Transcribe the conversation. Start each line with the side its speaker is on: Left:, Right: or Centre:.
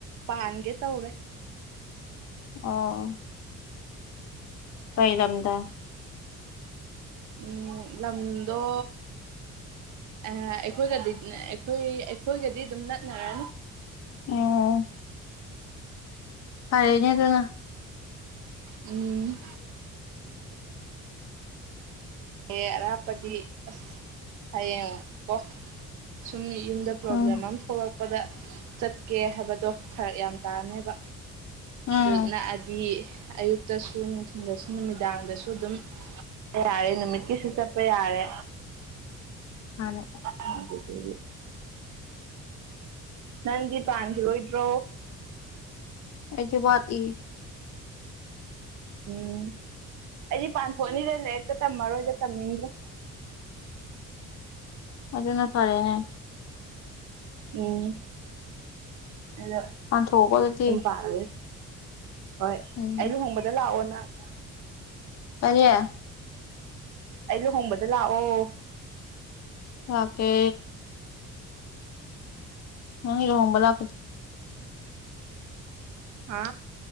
Right: ꯄꯥꯟꯒꯦ ꯇꯧꯔꯦ
Left: ꯑꯣ ꯀꯩ ꯂꯝ ꯗꯥꯥ
Right: ꯎꯝ ꯂꯝꯗꯣ ꯑ ꯑꯩꯈꯣꯏꯒꯗꯤ ꯑꯩꯈꯣꯏ ꯑꯩꯈꯣꯏꯒꯗꯤ ꯑꯗꯨꯝ ꯅꯛꯅꯔꯅꯤ
Left: ꯑꯣꯝ ꯍꯔꯦꯅꯤ ꯀꯩꯅꯣ
Right: ꯎꯝ ꯍ ꯑꯔꯥꯞꯄꯗꯤ ꯑꯁ ꯍꯌꯦꯡꯉꯣ ꯀꯣ ꯁꯨꯝ ꯌꯨꯝꯗ ꯄ꯭ꯔꯣꯕ꯭ꯂꯦꯝ
Left: ꯎꯝ
Right: ꯑꯃ ꯊꯣꯛꯂꯛꯄꯗ ꯆꯠꯀꯦ ꯍꯥꯏꯕꯗꯣ ꯐꯔꯛ ꯌꯥꯝ ꯇꯥꯅꯦꯕ
Left: ꯎꯝ
Right: ꯑꯗꯨ ꯅꯛꯑꯗꯤ ꯑꯌꯨꯛ ꯇꯁꯨ ꯅꯨꯡꯊꯤꯟꯜꯗꯁꯨ ꯅꯨꯃꯤꯗꯥꯡꯗꯁꯨ ꯑꯗꯨꯝ ꯆꯠꯄ ꯌꯥꯔꯦ ꯅꯨꯃꯤꯠꯀꯤꯁꯨ ꯆꯠꯄ ꯌꯥꯔꯦ
Left: ꯐꯔꯦ
Right: ꯑꯗꯨ ꯐꯦ ꯅꯪꯗꯤ ꯄꯥꯟꯈꯤꯔꯣꯏꯗ꯭ꯔꯣ
Left: ꯑꯩꯁꯨꯕꯥ ꯏ
Right: ꯎꯝ ꯑꯩꯁ ꯄꯥꯟ ꯊꯣꯛꯣꯛꯅꯤꯗ ꯂꯩꯔꯀ ꯇꯝꯃꯔꯣꯏꯗ ꯇꯝꯅꯤꯡꯗ꯭ꯔꯥ
Left: ꯑꯗꯨꯅ ꯐꯔꯦꯅꯦ
Right: ꯎꯝ ꯑꯗꯣ
Left: ꯄꯟꯊꯣꯀꯣꯀꯣ ꯑꯗꯨꯗꯤ
Right: ꯂꯥꯛꯑꯦ ꯍꯣꯏ
Left: ꯎꯝ
Right: ꯑꯩ ꯂꯨꯍꯣꯡꯕꯗ ꯂꯥꯛꯑꯣ ꯅꯪ
Left: ꯀꯔꯤꯌ
Right: ꯑꯩ ꯂꯨꯍꯣꯡꯕꯗ ꯂꯥꯛꯑꯣ
Left: ꯑꯣꯀꯦ ꯅꯔꯣꯣꯡꯕꯂ ꯀ
Right: ꯑ